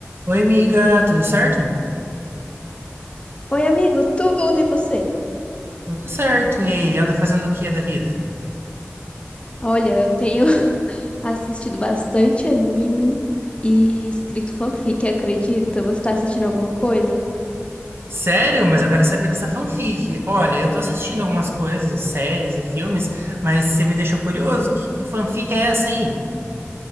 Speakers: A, on the right; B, on the left.
A: Oi, amiga, tudo certo?
B: Oi, amigo, tudo e você?
A: Tudo certo. E aí, anda fazendo o que da vida?
B: Olha, eu tenho <laughs> assistido bastante anime e escrito fanfic, acredita? Você tá assistindo alguma coisa?
A: Sério? Mas eu quero saber dessa fanfic. Olha, eu tô assistindo algumas coisas, séries e filmes, mas você me deixou curioso. Que, que fanfic é essa aí?